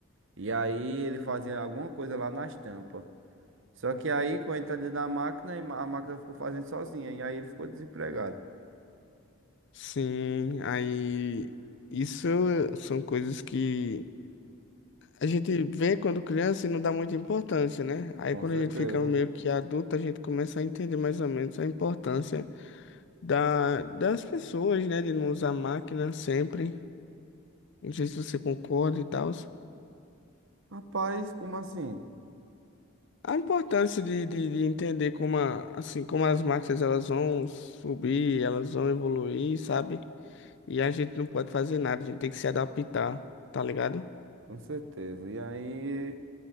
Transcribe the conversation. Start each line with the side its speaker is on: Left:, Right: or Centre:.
Right: E aí ele fazia alguma coisa lá na estampa. Só que aí, com a entrada da máquina, a máquina ficou fazendo sozinha. E aí ele ficou desempregado.
Left: sim, aí isso são coisas que a gente vê quando criança e não dá muita importância, né? Aí
Right: Com
Left: quando
Right: certeza.
Left: a gente fica meio que adulto, a gente começa a entender mais ou menos a importância da, das pessoas, né? De não usar máquina sempre. Não sei se você concorda e tal.
Right: Rapaz, como assim?
Left: A importância de, de, de entender como, a- assim, como as máquinas elas vão subir, elas vão evoluir, sabe? E a gente não pode fazer nada, a gente tem que se adaptar, tá ligado?
Right: Com certeza. E aí